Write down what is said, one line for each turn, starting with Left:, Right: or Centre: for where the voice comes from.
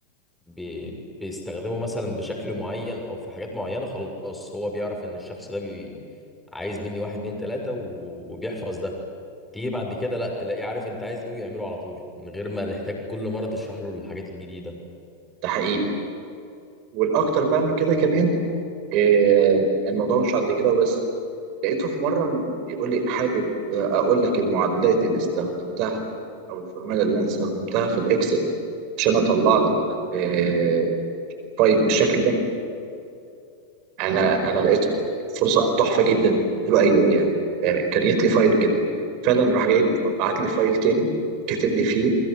Centre: بي... بيستخدمه مثلا بشكل معين او في حاجات معينة خلاص هو بيعرف ان الشخص ده بي... عايز مني واحد اتنين تلاتة و... وبيحفظ ده تيجي بعد كده لا تلاقيه عارف انت عايز ايه ويعمله على طول من غير ما تحتاج كل مرة تشرح له الحاجات الجديدة
Right: ده حقيقي والاكتر بقى من كده كمان آه، الموضوع مش عند كده وبس لقيته في مرة بيقول لي حابب أقول لك المعادلات اللي استخدمتها أو الفورمولا اللي أنا استخدمتها في الإكسل عشان أطلع لك آه، فايل بالشكل ده أنا أنا لقيت فرصة تحفة جدا قلت له أيوه يعني آه، كان جات لي فايل كده فعلا راح جايب بعت لي فايل تاني كاتب لي فيه